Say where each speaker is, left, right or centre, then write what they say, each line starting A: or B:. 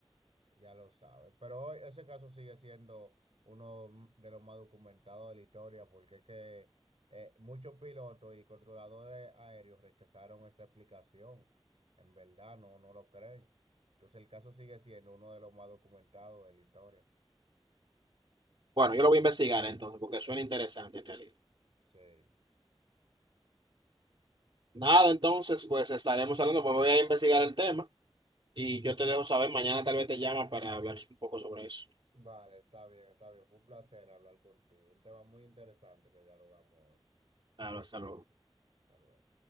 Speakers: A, on the right; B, on the right.
A: Ya lo sabe. Pero hoy ese caso sigue siendo uno de los más documentados de la historia porque es que eh, muchos pilotos y controladores aéreos rechazaron esta explicación. En verdad, no, no lo creen. Entonces el caso sigue siendo uno de los más documentados de la historia.
B: Bueno, yo lo voy a investigar entonces, porque suena interesante en realidad.
A: Sí.
B: Nada, entonces, pues estaremos hablando, pues voy a investigar el tema y yo te dejo saber. Mañana tal vez te llama para hablar un poco sobre eso.
A: Vale, está bien, está bien. Fue un placer hablar contigo. Un tema muy interesante que dialogamos hoy.
B: Claro, hasta luego.
A: Hasta luego.